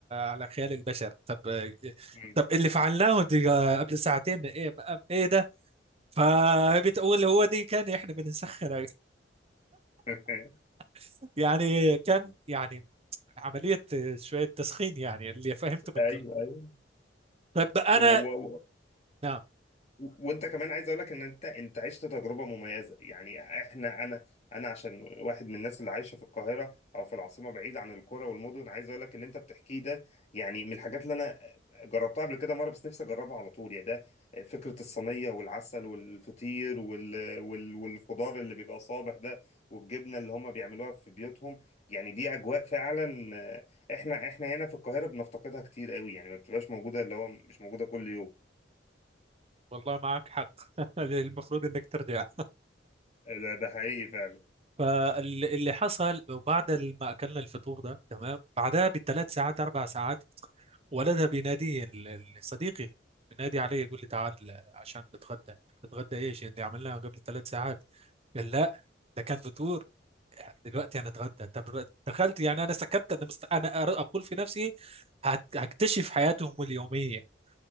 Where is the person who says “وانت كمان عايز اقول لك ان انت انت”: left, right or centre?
Left